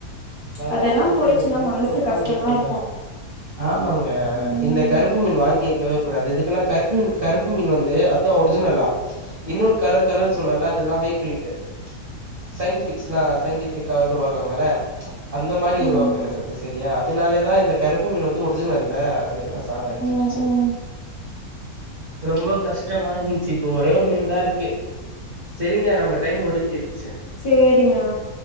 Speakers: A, on the right; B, on the left.
A: நல்லா
B: அதெல்லா
A: தின்னுட்டு
B: போயிடுச்சுன்னா
A: தின்னுட்டு
B: மனசு
A: உக்காந்து
B: கஷ்டமா
A: இருக்குங்க
B: இருக்கு
A: ஆமாங்க
B: ம்
A: இந்த கருப்பு மீனு வாங் இருக்கவே கூடாது எதுக்குனா கருப் மீனு கருப்பு மீன் வந்து அதா ஒரிஜினல்லா இன்னொரு கலர் கலர் சொன்னல்ல அதெல்லா ஹைப்ரீட்டு சைன்டிஃபிக்ஸ்ல்லா சைன்டிஃபிக்கா வருவாங்கல்ல அந்த மாரி
B: ம்
A: உருவாக்கு என்ன சத்தி சரியா அதனாலேதா இந்த கருப்பு மீன் வந்து ஒரிஜினல்ல அது எல்லா சாவ அடிச்சிட்டுச்சு
B: ம் ம்
A: ரொம்ப கஷ்டமா இருந்துச்சு இப்ப ஒரே ஒரு மீன் தா இருக்கு சரிங்க நம்ம டைம் முடிஞ்சிடுச்சு
B: சேரிங்கா